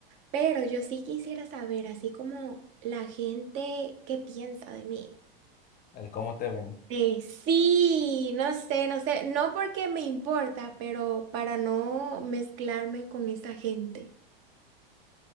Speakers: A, on the right (about 40°); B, on the left (about 30°).
A: pero yo sí quisiera saber, así como la gente, ¿qué piensa de mí?
B: El cómo te ven.
A: Eh, sí, no sé, no sé, no porque me importa, pero para no mezclarme con esa gente.